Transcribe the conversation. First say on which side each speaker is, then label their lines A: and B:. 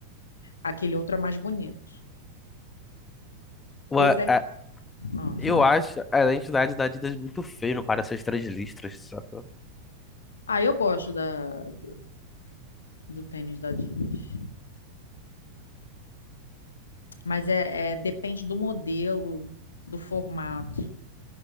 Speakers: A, on the left; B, on the left.
A: Aquele outro é mais bonito.
B: Ua-
A: Esse é.
B: é,
A: Ah,
B: eu
A: fala.
B: acho a entidade da Adidas muito feio no cara, essas três listras, saca?
A: Ah, eu gosto da, do, do tênis da Adidas. Mas é, é- depende do modelo, do formato,